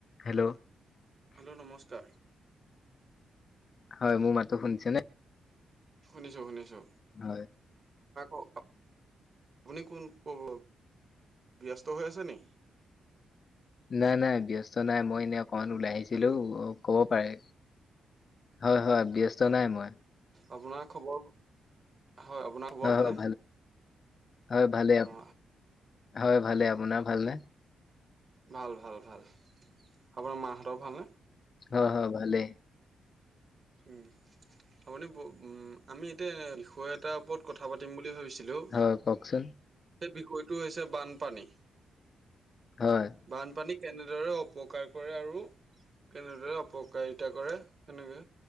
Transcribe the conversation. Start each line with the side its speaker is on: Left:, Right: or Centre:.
Left: হেল্ল'
Right: হেল্ল' নমস্কাৰ।
Left: হয় মোৰ মাতো শুনিছে নে?
Right: শুনিছো শুনিছো।
Left: হয়।
Right: অ। আপুনি কোন কব ব্যস্ত হৈ আছে নি?
Left: নাই নাই ব্যস্ত নাই মই এনেই অকমান ওলাই আহিছিলো
Right: হেল্ল'
Left: অ ক'ব পাৰে। হয় হয় ব্যস্ত
Right: অ
Left: নাই মই।
Right: আপোনাৰ খবৰ? হয় খবৰ
Left: হয়
Right: ভালে?
Left: হয় হয় ভালে
Right: অ
Left: হয় ভালে আপোনাৰ ভালনে?
Right: ভাল ভাল ভাল আপোনাৰ মাহঁতৰ ভালনে?
Left: অ হয় ভালেই।
Right: উম আপুনি উম আমি এতিয়া। থৈ এটাৰ ওপৰত কথা পাতিম বুলি ভাবিছিলোঁ।
Left: হয় কওকচোন
Right: বিষয়টো হৈছে বানপানী
Left: হয়
Right: বানপানী। কেনেদৰে উপকাৰ কৰে আৰু কেনেদৰে অপকাৰিতা কৰে সেনেকে।